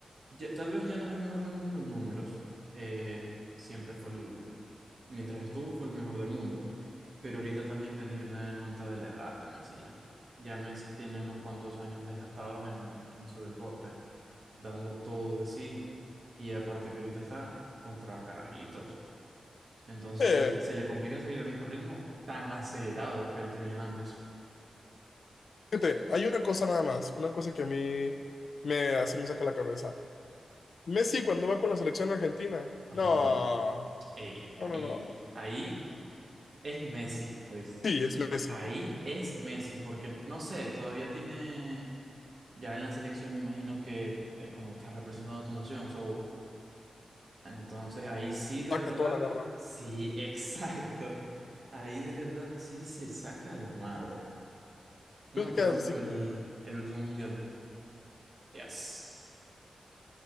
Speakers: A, on the right; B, on the left.
A: ya- tal vez ya no es el mejor del mundo en números, eh, siempre fue el, mientras estuvo fue el mejor del mundo, pero ahorita también tenía que tener en cuenta de la edad de Messi ya. Ya Messi tiene unos cuantos años desgastados en, en su deporte. dando todo de sí. Y aparte que ahorita está contra carajitos. Entonces
B: Eh,
A: se, se le complica seguir al mismo ritmo tan acelerado que él tenía antes.
B: fíjate, hay una cosa nada más, una cosa que a mí me, así me saca la cabeza. Messi cuando va con la selección argentina,
A: Ajá.
B: no,
A: Ey,
B: no,
A: ahí,
B: no, no.
A: ahí es Messi, ¿viste?
B: Sí, es Messi.
A: Ahí es Messi, porque no sé, todavía tiene, ya en la selección me imagino que es como está representando a tu nación, so, entonces ahí sí de
B: Saca
A: verdad,
B: toda la garra, ¿no?
A: sí, <laughs> exacto, ahí de verdad sí se saca la madre. Bueno,
B: Tú te
A: por
B: quedas
A: ejemplo,
B: así como...
A: el, el último mundial. Yes.